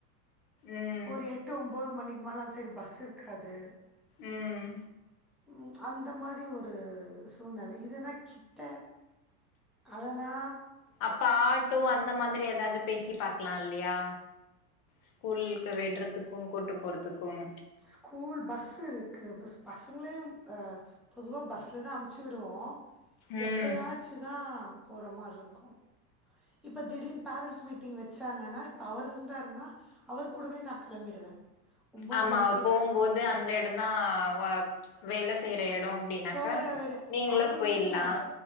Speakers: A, on the left; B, in the centre.
A: ம்
B: ஒரு எட்டு ஒம்போது மணிக்கு மேல அந்த சைடு பஸ் இருக்காது
A: உம்
B: உ அந்த மாரி ஒரு சூழ்நிலை இதுன்னா கி ட்ட அதனா
A: அப்ப ஆட்டோ அந்த மாதிரி எதாவது பேசி பாக்கலா இல் யா ஸ்கூலுக்கு விட்றதுக்கு கூட்டு போறதுக்கும்
B: ஸ்கூல் பஸ்ஸு இருக்கு பஸ் பசங்களையும் அ பொதுவா பஸ்ல தா அம்ச்சு விடுவோ
A: ம்
B: எப்பயாச்சு தா போற மார்ருக்கூ இப்போ திடீர்ன் பேரண்ட்ஸ் மீட்டிங் வெச்சாங்கன்னா இப்ப அவர்ருந்தாருன்னா அவர் கூடவே நா கெளம்பிடுவே ஒம்போது
A: ஆமா
B: மணிக்
A: அவ போம்போது அந்த எடந்தா வ வேல செய்ற எடோ அப்டின்னாக்கா
B: போறாவரு
A: நீங்ளு
B: அவரு
A: போயிட்லா
B: மீட்டிங் அட்